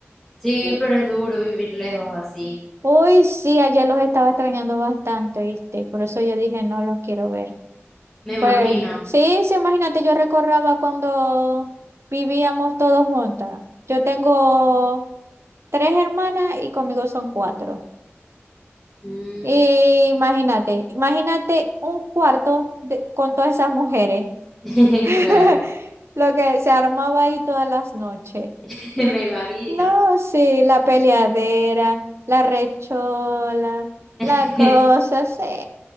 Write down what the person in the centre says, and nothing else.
Sí,
pero es duro vivir lejos así,
me imagino.
Mm,
<laughs>
Claro,
<laughs> me imagino.
<laughs>